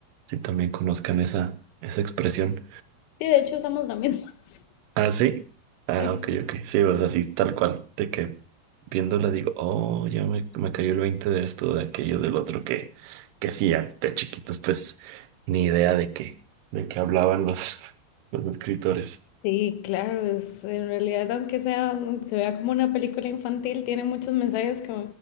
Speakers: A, on the right; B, on the left.
A: si también conozcan esa, esa expresión
B: Sí, de hecho usamos la misma. <laughs>
A: Ah, sí. Ah,
B: Sí,
A: ok,
B: sí.
A: ok. Sí, o sea, así tal cual, de que viéndola digo, oh, ya me, me cayó el 20 de esto, de aquello, del otro, que, que sí, an- de chiquitos, pues, ni idea de qué, de qué hablaban los, <laughs> los escritores.
B: Sí, claro, es, en realidad aunque sea, se vea como una película infantil, tiene muchos mensajes que,